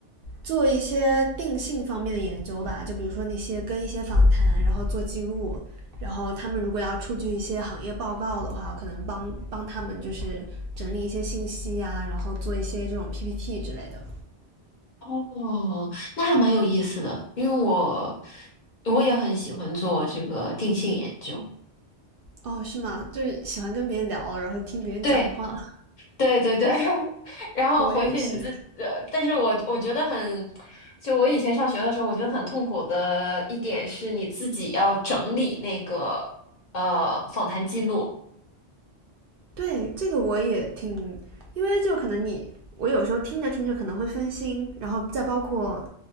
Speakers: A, on the right; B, on the left.
A: 做一些定性方面的研究吧，就比如说那些跟一些访谈，然后做记录，然后他们如果要出具一些行业报告的话，可能帮帮他们就是整理一些信息呀、然后做一些这种 PPT 之类的。
B: 哦，那还蛮有意思的，因为我我也很喜欢做这个定性研究。
A: 哦，是吗？就是喜欢跟别人聊，然后听别人讲话，
B: 对。对对对，<laughs> 然后回去你自，
A: <laughs> 我也是。
B: 呃，但是我我觉得很，就我以前上学的时候，我觉得很痛苦的一点是你自己要整理那个呃访谈记录。
A: 对，这个我也挺，因为就可能你，我有时候听着听着可能会分心，然后再包括